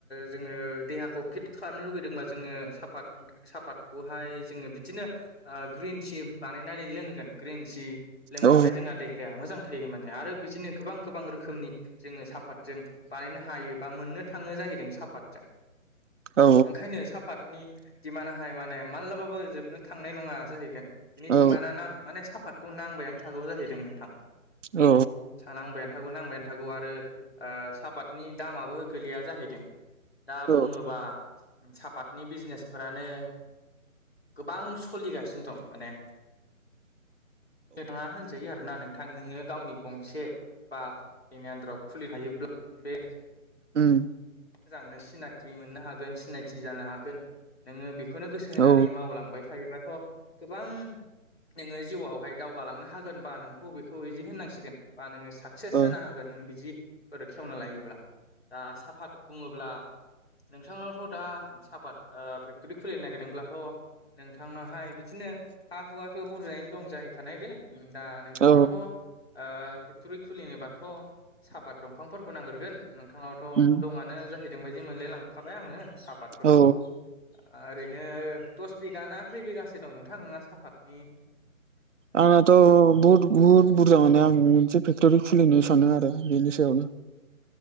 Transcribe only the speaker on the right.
औ
औ
औ
औ
औ
उम।
औ
औ
औ
उम
औ
आंनाथ' बहुद बुहुद बुरजा माने आं मोनसे फेक्ट'रि खुलिनो सानो आरो । बेनि सायावनो